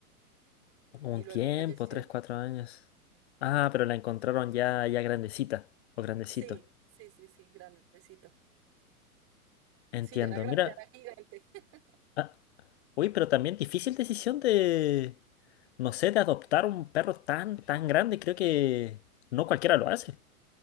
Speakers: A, on the left; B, on the right.
A: un
B: Y luego
A: tiempo,
B: falleció.
A: tres, cuatro años. Ah, pero la encontraron ya, ya grandecita o grandecito.
B: Sí, sí, sí, sí, grandecito.
A: Entiendo,
B: Sí, ya era, gra-
A: mira.
B: ya era gigante. <laughs>
A: ah, Uy, pero también difícil decisión de, no sé, de adoptar un perro tan, tan grande. Creo que no cualquiera lo hace.